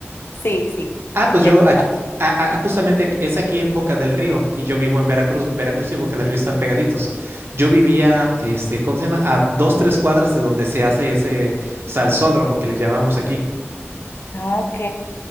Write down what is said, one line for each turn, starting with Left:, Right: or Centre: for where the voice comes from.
Left: Sí, sí,
Right: Ah, pues
Left: sí
Right: yo
Left: he escuchado.
Right: aquí- a- a- justamente aquí- es aquí en Boca del Río y yo vivo en Veracruz. Veracruz y Boca del Río están pegaditos. Yo vivía, este, ¿cómo se llama? A dos, tres cuadras de donde se hace ese salsódromo que le llamamos aquí.
Left: Ah, Ok,